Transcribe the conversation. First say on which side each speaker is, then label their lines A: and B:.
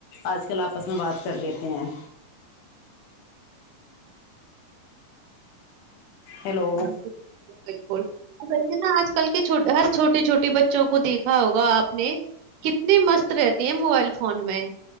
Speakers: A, on the left; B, on the right.
A: آج کل آپس میں بات کر لیتے ہیں ہیلو
B: <unintelligible> بالکل ا ویسے نا آج کل کے چھوٹے ہر چھوٹے چھوٹے بچوں کو دیکھا ہوگا آپ نے کتنی مست رہتی ہیں موبائل فون میں